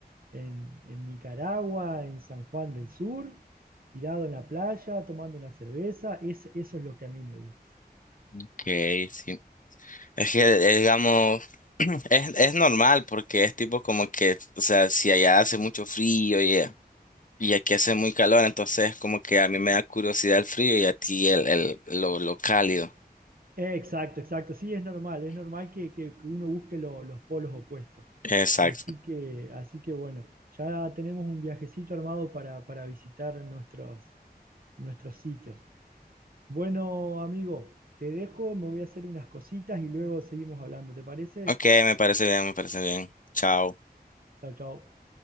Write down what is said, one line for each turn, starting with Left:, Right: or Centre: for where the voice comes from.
Right: en- en Nicaragua, en San Juan del Sur, tirado en la playa, tomando una cerveza. Es, eso es lo que a mí me gusta.
Left: Ok, sí. Es que, eh, digamos, <clears throat> es, es normal porque es tipo como que, o sea, si allá hace mucho frío y, eh, y aquí hace muy calor, entonces como que a mí me da curiosidad el frío y a ti el, el, lo, lo cálido.
Right: Exacto, exacto. Sí, es normal, es normal que, que- que uno busque lo- los polos opuestos.
Left: Exacto.
Right: Así que, así que bueno, ya tenemos un viajecito armado para, para visitar nuestros, nuestros sitios. Bueno, amigo, te dejo, me voy a hacer unas cositas y luego seguimos hablando. ¿Te parece?
Left: Ok, me parece bien, me parece bien. Chao.
Right: Chao, chao.